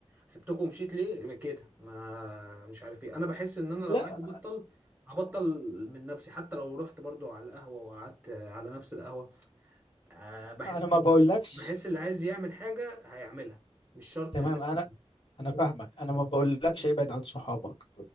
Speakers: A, on the right; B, on the left.
A: سبتكم ومشيت ليه يبقى كده ما مش عارف ايه انا بحس ان انا
B: لا
A: لو عايز ابطل هبطل من نفسي حتى لو رحت برضو على القهوة وقعدت آه، على نفس القهوة آه، بحس
B: انا ما بقولكش
A: بحس اللي عايز يعمل حاجة هيعملها مش شرط
B: تمام
A: لازم
B: انا انا فاهمك انا ما بقولكش ابعد عن صحابك